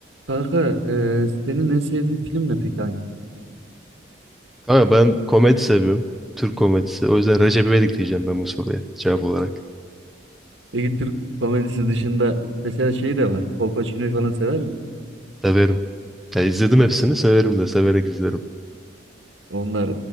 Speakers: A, on the right; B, in the centre.
A: Kanka e, senin en sevdiğin film ne peki hangi?
B: Kanka ben komedi seviyorum. Türk komedisi. O yüzden Recep İvedik diyeceğim ben bu soruya cevap olarak.
A: Peki Türk komedisi dışında mesela şey de var. Kolpaçino'yu falan sever misin?
B: Severim. Ya izledim hepsini severim de severek izlerim.
A: Onlar